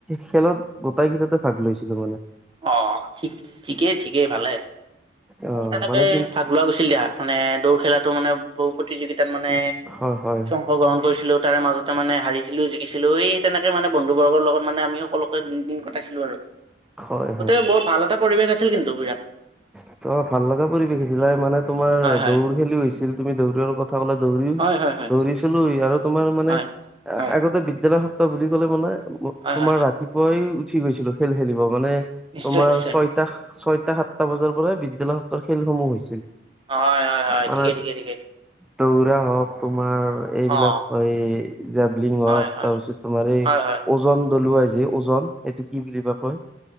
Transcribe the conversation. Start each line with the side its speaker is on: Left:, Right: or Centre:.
Centre: খেলত গোটাই কেইটাতে ভাগ লৈছিলো মানে।
Right: অ', ঠিক ঠিকেই ঠিকেই ভালে, মইও
Centre: অ
Right: তেনেকে
Centre: মানে কি
Right: ভাগ <unintelligible> গৈছিল দিয়া মানে দৌৰ খেলাটো মানে বহু প্ৰতিযোগিতাত মানে
Centre: হয়, হয়।
Right: অংগ্ৰহণ কৰিছিলো, তাৰে মাজতে মানে হাৰিছিলো জিকিছিলো সেই তেনেকে মানে বন্ধু বৰ্গৰ লগত মানে আমি সকলো দিন কটাইছিলোঁ আৰু
Centre: হয়
Right: গোটেই
Centre: হয়
Right: বোৰ ভাল এটা পৰিৱেশ আছিল কিন্তু বিৰাট।
Centre: অ', ভাল লগা পৰিৱেশ আছিল তাৰ মানে তোমাৰ
Right: হয় হয়
Centre: দৌৰ খেলি হৈছিল তুমি দৌৰাৰ কথা <unintelligible> ক'লা দৌৰিও
Right: হয় হয় হয়
Centre: দৌৰিছিলো আৰু তোমাৰ মানে
Right: হয় হয়
Centre: আগতে বিদ্যালয় সপ্তাহ বুলি ক'লে মানে
Right: হয়
Centre: তোমাৰ
Right: হয় হয়
Centre: ৰাতি পুৱাই উঠি গৈছিলো, খেল খেলিব মানে
Right: নিশ্চয়
Centre: তোমাৰ
Right: নিশ্চয়
Centre: ছয়টা ছয়টা সাতটা বজাৰ পৰাই বিদ্যালয় সপ্তাহৰ খেলসমূহ হৈছিল।
Right: হয়, হয়, হয়,
Centre: মানে
Right: ঠিকে ঠিকে ঠিকে।
Centre: দৌৰা হ'ওক তোমাৰ এইবিলাক
Right: অ
Centre: হয়, জেবলিং হ'ওক
Right: হয় হয়
Centre: তাৰপিছত তোমাৰ এই
Right: হয় হয়
Centre: ওজন দলুৱাই যে ওজন, এইটো কি বুলিবা কয়?